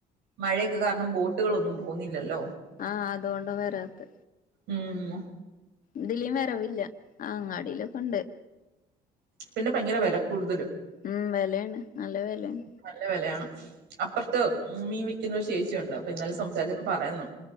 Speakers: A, on the right; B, on the left.
A: മഴയൊക്കെ കാരണം ബോട്ടുകളൊന്നും പോവുന്നില്ലല്ലോ
B: ആഹ് അതോണ്ട വരാത്ത്
A: ഉം അ
B: ഇതിലീം വരവില്ല അങ്ങാടിലൊക്കെണ്ട്
A: പിന്നെ ഭയങ്കര വെല ക്കൂടുതലും
B: ഉം വെലേണ് നല്ല വെലേണ്
A: നല്ല വെലയാണ് അപ്പൊർത്ത് മീൻ വിക്കുന്നൊരു ചേച്ചിയുണ്ട് അപ്പൊ ഇന്നാലെ സംസാരിച്ചപ്പൊ പറയുന്നു